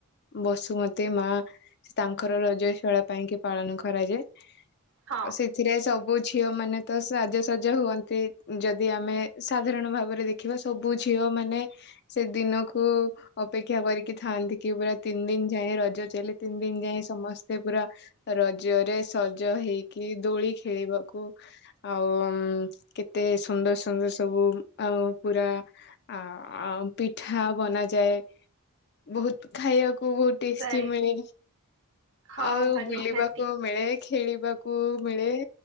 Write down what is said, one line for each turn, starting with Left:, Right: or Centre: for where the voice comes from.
Left: ବସୁମତୀ ମା ତାଙ୍କର ରଜ <unintelligible> ପାଇଁ କି ପାଳନ କରାଯାଏ
Right: ହଁ
Left: ତ ସେ ଥିରେ ସବୁ ଝିଅ ମାନେ ତ ସାଜସଜ ହୁଅନ୍ତି ଯଦି ଆମେ ସାଧାରଣ ଭାବରେ ଦେ ଖିବା ସବୁ ଝିଅ ମାନେ ସେ ଦିନକୁ ଅପେକ୍ଷା କରିକି ଥାଆନ୍ତି କି ପୁରା ତିନି ଦିନ ଯାଏଁ ରଜ ଚାଲେ ତିନି ଦିନ ଯାଏଁ ସମସ୍ତେ ପୁରା ରଜରେ ସଜ ହେଇକି ଦୋଳି ଖେଳିବାକୁ ଆଉ ଉଁ କେତେ ସୁନ୍ଦର ସୁନ୍ଦର ସବୁ ଆଉ ପୁରା ଆ ଆଉ ପିଠା ବନାଯାଏ। ବୋହୁତ ଖାଇବାକୁ <unintelligible> ଟେଷ୍ଟି
Right: ପ୍ରାୟ
Left: ମିଳେ
Right: ହଁ
Left: ଆଉ
Right: ହଁ
Left: ବୁଲିବାକୁ
Right: ନିହାତି
Left: ମିଳେ। ଖେଳିବାକୁ ମିଳେ